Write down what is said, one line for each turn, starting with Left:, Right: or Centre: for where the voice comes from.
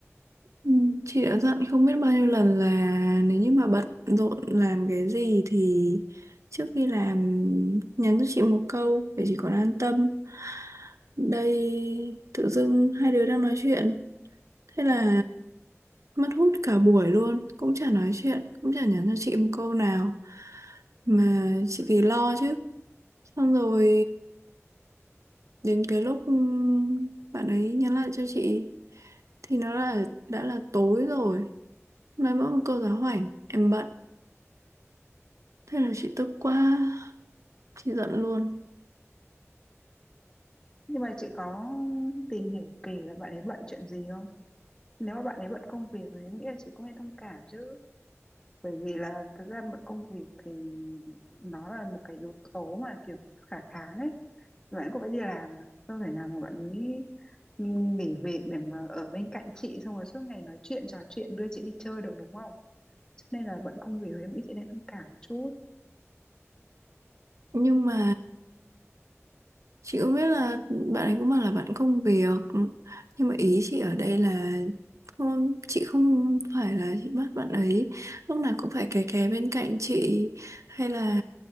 Right: Ừ, chị đã dặn không biết bao nhiêu lần là nếu như mà bận rộn làm cái gì thì trước khi làm nhắn cho chị một câu để chị còn an tâm đây tự dưng hai đứa đang nói chuyện Thế là mất hút cả buổi luôn, cũng chả nói chuyện, cũng chả nhắn cho chị một câu nào. Mà chị thì lo chứ. Xong rồi đến cái lúc ừ, bạn ấy nhắn lại cho chị thì nó là đã là tối rồi. Nói mỗi một câu giáo hoảnh, em bận. Thế là chị tức quá, chị giận luôn.
Left: nhưng mà chị có tìm hiểu kỹ là bạn ấy bận chuyện gì không nếu mà bạn ấy bận công việc thì em nghĩ là chị cũng nên thông cảm chứ bởi vì là thực ra bận công việc thì nó là một cái yếu tố mà kiểu khả kháng ấy bạn cũng phải đi làm mà đâu thể nào mà bạn ấy ừ, nghỉ việc để mà ở bên cạnh chị xong rồi suốt ngày nói chuyện trò chuyện đưa chị đi chơi được đúng không cho nên là bận công việc thì em nghĩ chị nên thông cảm một chút
Right: Nhưng mà Chị cũng biết là bạn ấy cũng bảo là bạn không việc Nhưng mà ý chị ở đây là không, Chị không phải là chị bắt bạn ấy Lúc nào cũng phải kè kè bên cạnh chị Hay là